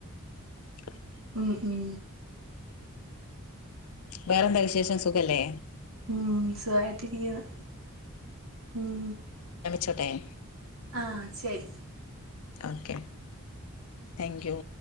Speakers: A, on the left; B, on the right.
A: <inaudible>
B: ഉം ഉം
A: വേറെന്താ വിശേഷം സുഖല്ലേ
B: ഉം സുഖായിട്ടിരിക്കുന്നു ഉം
A: ചൊട്ടെ <unintelligible>
B: ആഹ് ശരി
A: ഓക്കെ തേങ്ക് യൂ